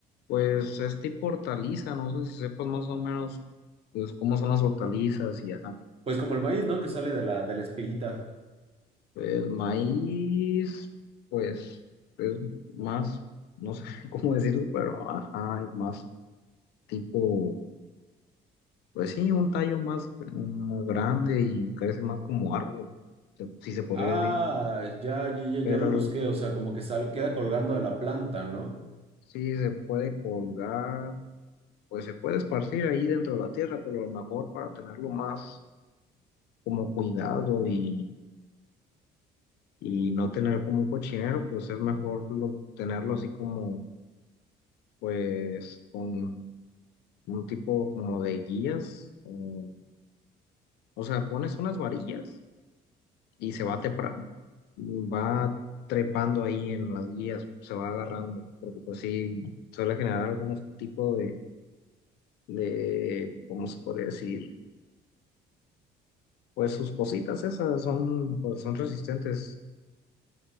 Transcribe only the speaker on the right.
Pues como el maíz, ¿no? Que sale de la, de la espiguita.
Ah,
ya, ya, ya,
ya lo busqué, o sea, como que sale, queda colgando de la planta, ¿no?